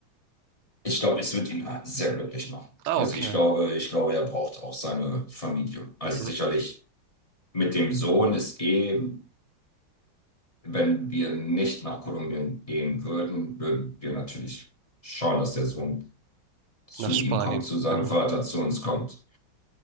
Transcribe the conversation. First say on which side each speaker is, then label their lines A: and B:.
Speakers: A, on the left; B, on the right.
A: Ich glaube, es wird ihn sehr glücklich machen.
B: Ah,
A: Also
B: okay.
A: ich glaube, ich glaube, er braucht auch seine Familie. Also
B: Mhm.
A: sicherlich mit dem Sohn ist eh Wenn wir nicht nach Kolumbien gehen würden, würden wir natürlich schauen, dass der Sohn zu
B: Nach Spanien,
A: ihm kommt, zu seinem
B: genau.
A: Vater, zu uns kommt.